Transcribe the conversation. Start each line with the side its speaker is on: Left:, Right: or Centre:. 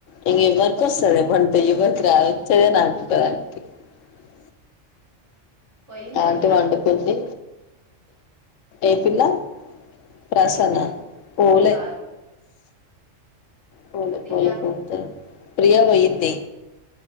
Left: <unintelligible>
Right: పోయిందా
Left: అలాంటి
Right: పిల్ల
Left: వండుకుంది ఏపిల్ల ప్రసన్న పోలే
Right: కాదు
Left: పోలే
Right: ప్రియా
Left: పోలే పోత ప్రియ పుయ్యింది